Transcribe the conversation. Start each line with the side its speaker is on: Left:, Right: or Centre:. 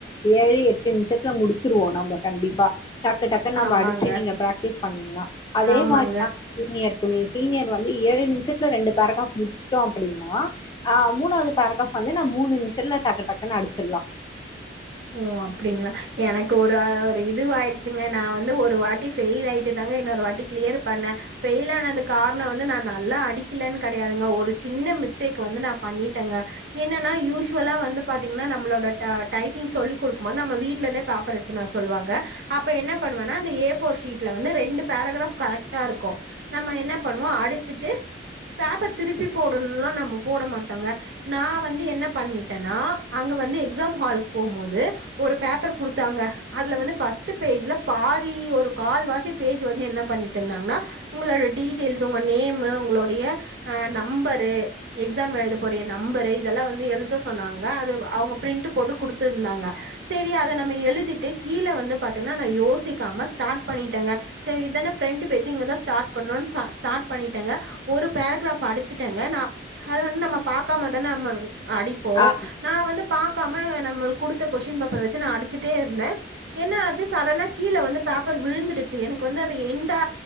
Left: ஏழு எட்டு நிம்ஷத்துல முடிச்சிருவோம் நம்ப கண்டிப்பா டக்கு டக்கு நம்ப
Right: ஆமாங்க
Left: அடிச்சு நீங்க பிராக்டிஸ் பண்ணீங்கன்னா அதே
Right: ஆமாங்க
Left: மாரி தா சீனியர் <unintelligible> சீனியர் வந்து ஏழு நிமிஷத்துல ரெண்டு பேரகிராப் முடிச்சுட்டோம் அப்டின்னா அஹ் மூணாவது பேரகிராப் வந்து நான் மூணு நிமிஷத்ல டக்கு டக்கு அடிச்சிலா
Right: ஓ அப்டிங்களா எனக்கு ஒரு-ஒரு இது ஆயிடுச்சுங்க நா வந்து ஒரு வாட்டி பெயில் ஆயிட்டு தாங்க இன்னொரு வாட்டி கிளியர் பண்ணேன் பெயில் ஆனது காரணம் வந்து நா நல்லா அடிக்கலன்னு கெடையாதுங்க ஒரு சின்ன மிஸ்டேக் வந்து நா பண்ணிட்டேங்க என்னன்னா யூஸ்வலா வந்து பாத்தீங்கன்னா நம்மளோட டைப்பிங் சொல்லிகுடுக்கம் போது நம்ப வீட்லந்தே பேப்பர் எத்துனு வர சொல்வாங்க அப்ப என்ன பண்ணுவனா அந்த ஏ ஃப்போர் சீட்ல வந்து ரெண்டு பேரோகரப் இருக்கும் நம்ப என்ன பண்வோம் அடிச்சுட்டு பேப்பர்திருப்பிப்போடுனா நம்ப போடமாட்டோங்க நா வந்து என்ன பண்ணிட்டனா அங்க வந்து எக்சாம் ஹால்ல போம் போது ஒரு பேப்பர் குடுத்தாங்க அதுல வந்து பர்ஸ்ட் பர்ஸ்ட் பேஜ்ல பாதி ஒரு கால்வாசி் பேஜு வந்து என்ன பண்ணிட்டுந்தாங்கனா உங்களுடைய டீட்டைலஸ் உங்க நேமு உங்களோடைய நம்பரு எக்ஸாம் எழுத குரிய நம்பரு இதல்லா வந்து எழுத சொன்னாங்க அத அவுங்க பிரின்ட் போட்டு குடுத் வச்சுருந்தாங்க சேரி அத நம்ம எழுதிட்டு கீழ வந்து பாத்தீங்கன்னா நா யோசிக்காம ஸ்டார்ட் பண்ணிடேங்க செரி இதானே பிஃரண்ட் பேஜ்ங்கதா ஸ்டார்ட் பண்ணு ஸ்டார்ட் பண்ணிட்டேங்க ஒரு பேரகிராப் படிச்சுட்டேங்க நா ஹத வந்து நம்ப பாக்காமதான நம்ப அடிப்போம்
Left: ஆ
Right: நா வந்து பாக்காம நம்மளு குடுத்த கொஷ்டீன் பேப்பர் வச்சு நான் அடிச்சுட்டே இருந்தேன் என்ன ஆச்சு சடனா கீழ வந்து பேப்பர் விழுந்துடுச்சு எனக்கு வந்து அது எண்டா